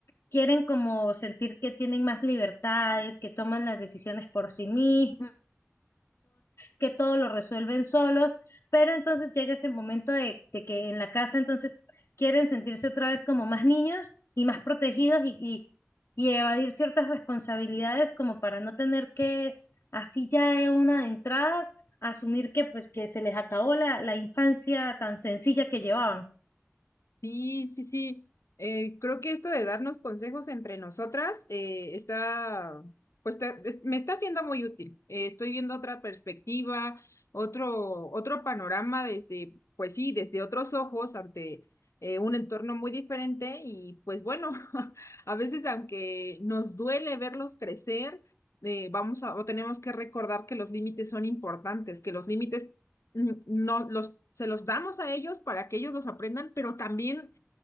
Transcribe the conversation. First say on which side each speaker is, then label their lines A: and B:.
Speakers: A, on the left (about 60°); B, on the left (about 80°).
A: quieren como sentir que tienen más libertades, que toman las decisiones por sí mismos que todo lo resuelven solos, pero entonces llega ese momento de, de que en la casa entonces quieren sentirse otra vez como más niños y más protegidos y, y, y evadir ciertas responsabilidades como para no tener que así ya de una de entrada asumir que pues que se les acabó la, la infancia tan sencilla que llevaban.
B: Sí, sí, sí. Eh, creo que esto de darnos consejos entre nosotras eh, está, pues te- es- me está siendo muy útil. Eh, estoy viendo otra perspectiva, otro, otro panorama desde, pues sí, desde otros ojos ante eh, un entorno muy diferente y pues bueno, <laughs> a veces aunque nos duele verlos crecer, eh, vamos a, o tenemos que recordar que los límites son importantes, que los límites no los, se los damos a ellos para que ellos los aprendan, pero también